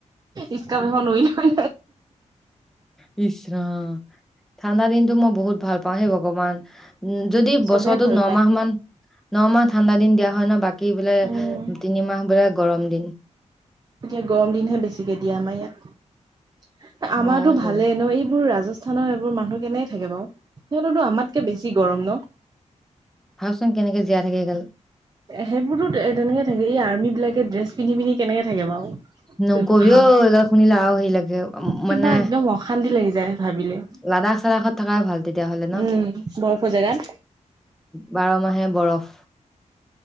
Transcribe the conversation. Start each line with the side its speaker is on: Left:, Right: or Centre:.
Right: ইচকাপ এখন উৰি লৈ
Centre: বিছৰা ঠাণ্ডা দিন। মই বহুত ভাল পাওঁ সেই ভগৱান উ যদি
Right: চবে
Centre: বছৰটোত
Right: ভাল
Centre: ন
Right: পায়
Centre: মাহ মান। ন মাহ ঠাণ্ডা দিন দিয়া হয় ন বাকী বোলে
Right: উম
Centre: তিনিমাহ বোলে গৰম দিন
Right: এতিয়া গৰম দিনহে বেছিকে দিয়া আমাৰ ইয়াত আমাৰতো
Centre: হয়
Right: ভালেই
Centre: দে
Right: ন এইবোৰ ৰাজস্থানৰ এইবোৰ মানুহ কেনে থাকে। বাৰু সিহঁততো আমাতকে বেছি গৰম ন
Centre: ভকচোন কেনেকে জীয়াই থাকে গাল
Right: সেইবোৰতো তেনেকে থাকে এই আৰ্মি বিলাকে ড্ৰেছ পিন্ধি পিনি কেনেকে থাকে বাৰু
Centre: ন কবিও
Right: বা
Centre: এইবাল শুন লাও হেই লাগে
Right: কিবা
Centre: মানে।
Right: একদম অশান্তি লাগি যায় ভাবিলে।
Centre: ৰাাক চালখত থকাই ভাল তেতিয়াাহলে ন
Right: উম, বৰফৰ জেগাত।
Centre: বাৰ মাহে বৰফ